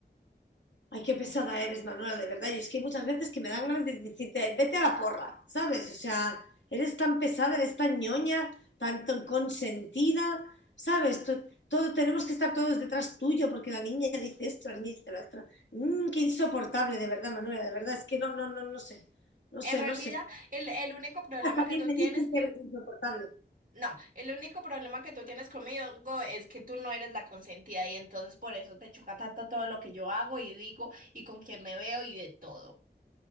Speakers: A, on the left; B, on the right.
A: Ay, qué pesada eres, Manuela, de verdad. Y es que hay muchas veces que me dan ganas de decirte, "Ay, vete a la porra, ¿sabes? O sea, eres tan pesada, eres tan ñoña, tan, tan consentida, ¿sabes? To- todo, tenemos que estar todos detrás tuyo porque la niña dice esto, la niña dice lo otro. Mm, qué insoportable, de verdad, Manuela, de verdad. Es que no, no, no, no sé. No
B: En
A: sé,
B: realidad,
A: no sé.
B: el, el único problema
A: También
B: que tú
A: me
B: tienes,
A: dicen que eres insoportable.
B: no, el único problema que tú tienes conmigo es que tú no eres la consentida y entonces por eso te choca tanto todo lo que yo hago y digo y con quién me veo y de todo.